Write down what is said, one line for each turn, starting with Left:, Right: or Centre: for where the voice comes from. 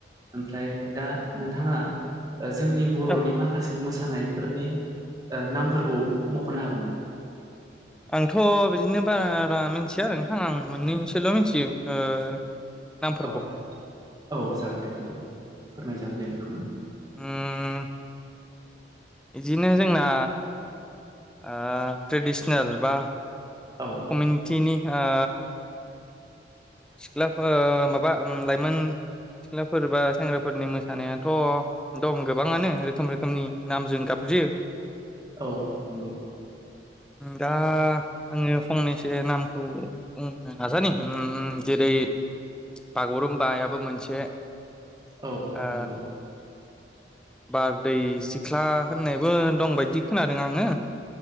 Right: ओमफ्राय दा नोंथाङा जोंनि बर'नि
Centre: औ
Right: माखासे मोसानाय मोसानायफोरनि नामफोरखौ मख'नो हागोन नामा।
Centre: आंथ' बिदिनो बारा मिथिया आरो नोंथां आं मोननैसोल' मिथियो। नामफोरखौ
Right: औ औ जागोन दे नोंथां फोरमाय जागोन दे बेखौनो।
Centre: ओम बिदिनो जोंना आ ट्रेडिसनेल बा
Right: औ
Centre: कमिउनिटिनि आ सिख्लाफोर माबा लाइमोन सिख्लाफोर बा सेंग्राफोरनि मोसानायाथ' दं गोबाङानो रोखोम रोखोमनि नामजों गाब <inaudible>
Right: औ नंगौ।
Centre: दा आङो फंनैसो नामखौ बुंनो नाजानि। जेरै बागुरुम्बायाबो मोनसे।
Right: औ
Centre: ओ
Right: नंगौ।
Centre: बारदै सिख्ला होननायबो दं बायदि खोनादों आङो।